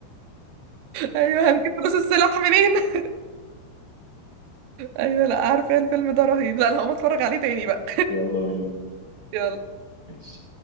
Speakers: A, on the right (about 85°); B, on the left (about 50°).
A: ايوه هنجيب فلوس السلاح منين <laughs> ايوه لا عارفه إيه الفيلم ده رهيب لا انا هقوم اتفرج عليه تاني بقى
B: يلا بينا
A: يلا
B: ماشي